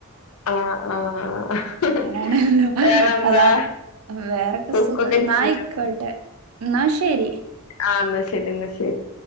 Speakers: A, on the left; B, on the right.
A: ആഹ് ആഹ്
B: അങ്ങനെയണല്ലോ
A: വേറെന്താ
B: അതാ വേറെക്കെ
A: കുക്കൊക്കെ
B: സുഖം
A: ചെയ്യോ
B: നായിക്കോട്ടെ എന്നാ ശെരി
A: ആഹ എന്നാ ശരി എന്നാ ശരി